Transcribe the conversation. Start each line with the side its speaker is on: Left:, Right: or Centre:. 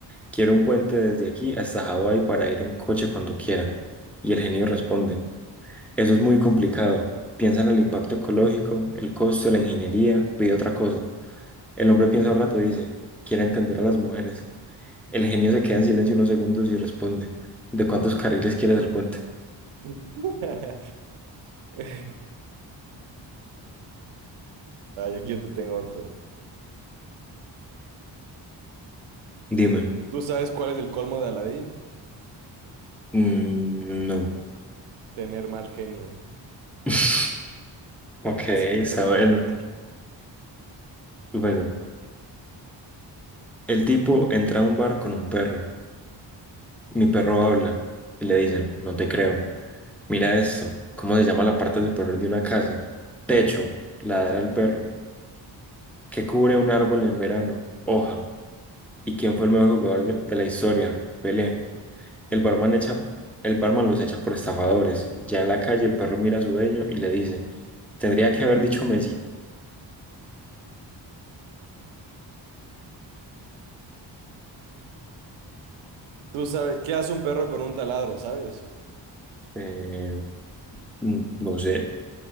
Centre: quiero un puente desde aquí hasta Hawái para ir en coche cuando quiera. Y el genio responde, eso es muy complicado. Piensa en el impacto ecológico, el costo, la ingeniería, pide otra cosa. El hombre piensa un rato y dice, quiero entender a las mujeres. El genio se queda en silencio unos segundos y responde. ¿De cuántos carriles quieres el puente?
Right: <laughs> Ay, aquí yo te tengo otro.
Centre: Dime.
Right: ¿Tú sabes cuál es el colmo de Aladín?
Centre: "Mm, no.
Right: Tener mal genio.
Centre: <laughs> Ok, está
Right: <laughs>
Centre: bueno. Bueno, el tipo entra a un bar con un perro. Mi perro habla y le dicen, no te creo. Mira esto. ¿Cómo se llama la parte superior de una casa? Techo, ladra el perro. ¿Qué cubre un árbol en verano? Hoja. ¿Y quién fue el mejor jugador de, de la historia? Pelé. El barman echa, el barman los echa por estafadores. Ya en la calle el perro mira a su dueño y le dice, tendría que haber dicho Messi.
Right: ¿Tú sabes qué hace un perro con un taladro, sabes?
Centre: Eh, n- no sé.